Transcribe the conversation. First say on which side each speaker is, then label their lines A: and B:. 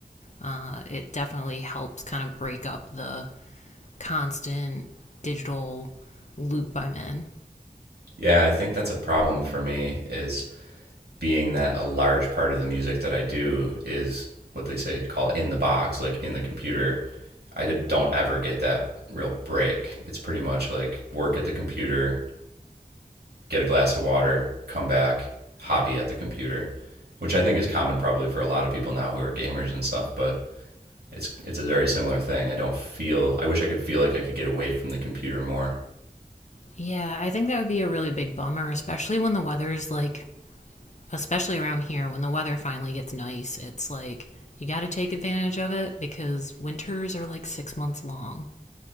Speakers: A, on the left; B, on the right.
A: Uh, it definitely helps kind of break up the constant digital loop I'm in.
B: Yeah, I think that's a problem for me is being that a large part of the music that I do is what they say call in the box, like in the computer. I d- don't ever get that real break. It's pretty much like work at the computer, get a glass of water, come back, hobby at the computer, which I think is common probably for a lot of people now who are gamers and stuff, but it's it's a very similar thing. I don't feel I wish I could feel like I could get away from the computer more.
A: Yeah, I think that would be a really big bummer, especially when the weather's like especially around here when the weather finally gets nice, it's like you got to take advantage of it because winters are like six months long.